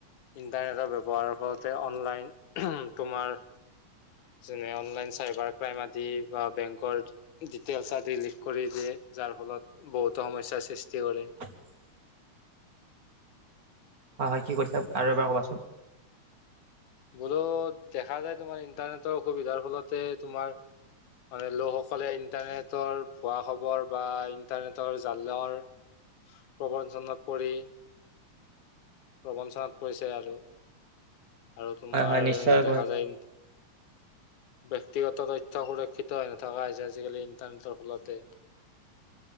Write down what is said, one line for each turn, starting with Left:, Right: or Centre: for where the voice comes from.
Left: ইন্টাৰনেটৰ ব্যৱহাৰৰ ফলতে অনলাইন তোমাৰ যেনে অনলাইন চাইবাৰ ক্ৰাইম আদি বা বেংকৰ ডিটেইলছ আদি লিক কৰি দিয়ে। যাৰ ফলত বহুতো সমস্যাৰ সৃষ্টি কৰে।
Right: <inaudible> হয় হয়। কি কৈছা আৰু এবাৰ কবাচোন?
Left: বোলো দেখা যায় তোমাৰ ইন্টাৰনেটৰ অসুবিধাৰ ফলতে তোমাৰ মানে লোকসকলে ইণ্টাৰনেটৰ ভুৱা খবৰ বা ইণ্টাৰনেটৰ জালৰ। প্ৰবঞ্চনাত পৰি। প্ৰবঞ্চনাত পৰিছে আৰু আৰু তোমাৰ
Right: হয় হয় নিশ্চয়কৈ
Left: দেখা যায়।
Right: <inaudible>
Left: ব্যয়ক্তিগত তথ্য সুৰক্ষিত হৈ নথকা হৈছে আজিকালি ইণ্টাৰনেটৰ ফলতে। <unintelligible>